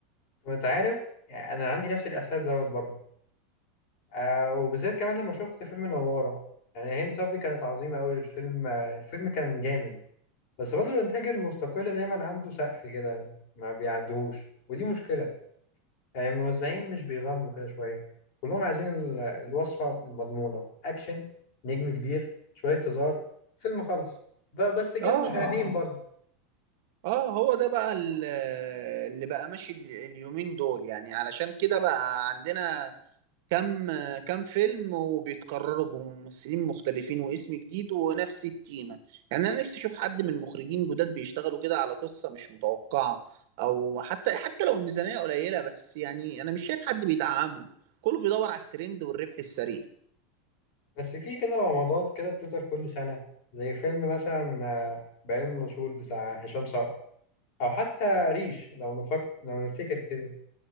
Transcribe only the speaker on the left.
وانت عارف يعني أنا عندي نفس الإحساس دوت برضو آه وبالذات كمان لما شفت فيلم النوارة يعني هند صبري كانت عظيمة أوي الفيلم آه الفيلم كان جامد بس برضه الإنتاج المستقل دايما عنده سقف كده ما بيعدهوش ودي مشكلة يعني الموزعين مش بيغامروا كده شوية كلهم عايزين ال- الوصفة المضمونة أكشن نجم كبير شوية هزار فيلم خلص ب- بس جاب
مشاهدين برضه
بس في كده رمضات كده بتظهر كل سنة زي فيلم مثلا آه بعلم الوصول بتاع هشام صقر او حتى ريش لو نفكر لو نفتكر كده